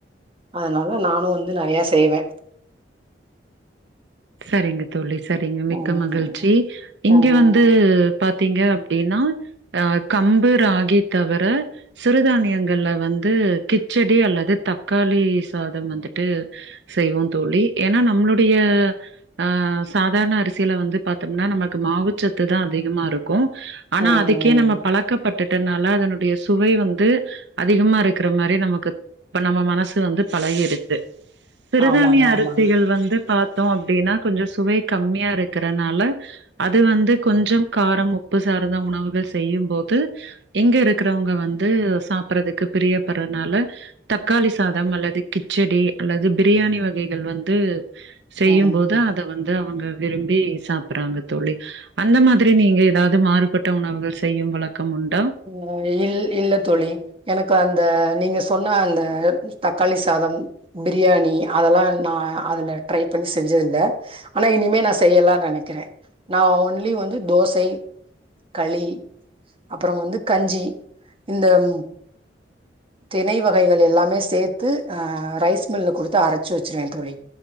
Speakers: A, on the right (about 30°); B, on the right (about 70°).
A: அதனால நானு வந்து நறையா செய்வே
B: சரிங்க தோழி சரிங்க மிக்க
A: ம்
B: மகிழ்ச்சி இங்க
A: ம்
B: வந்து பாத் தீங்க அப்டின்னா அ கம்பு ராகி தவர சிறுதானியங்கள்ல வந்து கிச்சடி அல்லது தக்காளி சாதம் வந்துட்டு செய்வோ தோழி ஏன்னா நம்மளுடைய ஆ சாதாரண அரிசியில வந்து பாத்தம்னா நமக்கு மாவுச்சத்துதா அதிகமா இருக்கு ஆனா
A: ம்
B: அதுக்கே நம்ம பழக்கப்பட்டுட் டனால அதனுடைய சுவை வந்து அதிகமா இருக்கிற மாரி நமக்கு இப்ப நம்ம மனசு வந்து பழகிருக்கு சிறுதானிய
A: ஆமாங்க ஆமாங்க
B: அருசிகள் வந்து பாத் தோம் அப்டின்னா கொஞ்ச சுவை கம்மியா இருக்கறனால அது வந்து கொஞ்சம் காரம் உப்பு சார்ந்த உணவுகள் செய்யும்போது எங்க இருக்கறவுங்க வந்து சாப்புறதுக்கு பிரியப்பட்றனால தக்காளி சாதம் அல்லது கிச்சடி அல்லது பிரியாணி வகைகள் வந்து செய்யு
A: ம்
B: போது அத வந்து அவங்க விரும்பி சாப்புறாங்க தோழி அந்த மாதிரி நீங்க ஏதாது மாறுபட்ட உணவுகள் செய்யு வழக்கம் உண்டா
A: அ இல் இல்ல தோழி எனக்கு அந்த நீங்க சொன்ன அந்த தக்காளி சாதம் பிரியாணி அதெல்லா நா அதுல ட்ரை பண்ணி செஞ்சதுல்ல ஆனா இனிமே நா செய்யலா நனைக்கிறே நா ஒன்லி வந்து தோசை களி அப்றம் வந்து கஞ்சி இந்தம் தினை வகைகள் எல்லாமே சேத்து அ ரைஸ் மில்ல குடுத்து அரச்சு வச்சுருவே தோழி